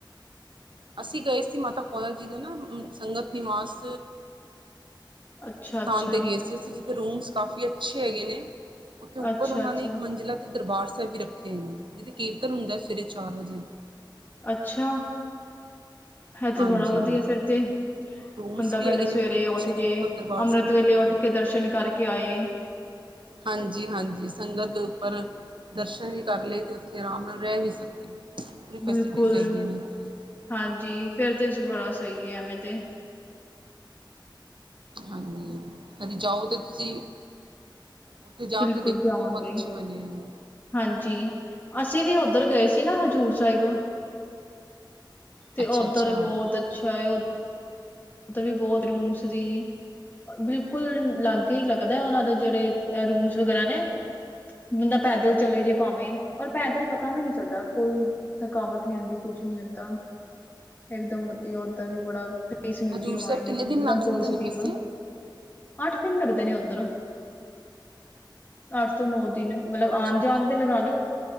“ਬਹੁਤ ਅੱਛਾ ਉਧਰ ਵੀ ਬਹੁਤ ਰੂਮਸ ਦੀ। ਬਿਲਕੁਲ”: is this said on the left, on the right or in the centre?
Left